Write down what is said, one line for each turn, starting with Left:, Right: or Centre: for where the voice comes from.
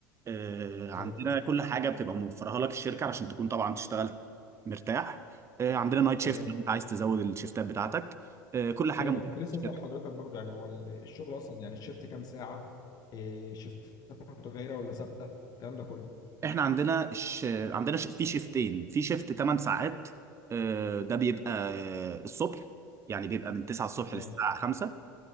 Right: آه، عندنا
Left: زي الفل
Right: كل حاجة بتبقى موفرها لك الشركة عشان تكون طبعا تشتغل مرتاح آه، عندنا نايت شيفت
Left: تمام
Right: لو انت عايز تزود الشيفتات بتاعتك آه، كل حاجه
Left: تمام
Right: متاحه
Left: انا كنت
Right: في
Left: لسه
Right: الشركه
Left: اسال حضرتك برضه يعني هو ال- الشغل اصلا يعني الشيفت كام ساعه إيه شيفتات متغيره ولا ثابته الكلام ده كله
Right: احنا عندنا ش... عندنا ش... في شيفتين في شيفت 8 ساعات آه، ده بيبقى آه، الصبح يعني بيبقى من 9 الصبح
Left: تمام
Right: للساعه 5